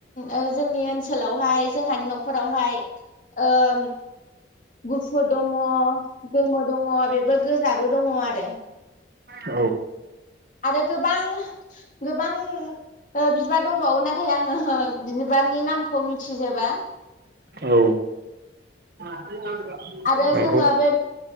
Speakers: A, on the left (about 45°); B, on the right (about 55°).
A: ओ जोंनि ओनसोलावहाय जोंहानि नखरावहाय ओम गुफुर दंङ गोमो दंङ बेबो गोजाबो दंङ आरो
B: औ
A: आरो गोबां <inaudible> गोबां बिबार दंबावो नाथाय आंङो बिबारनि नामखौ मि थिजोबा।
B: औ। <inaudible>
A: आरो
B: नंगौ
A: जोङो बे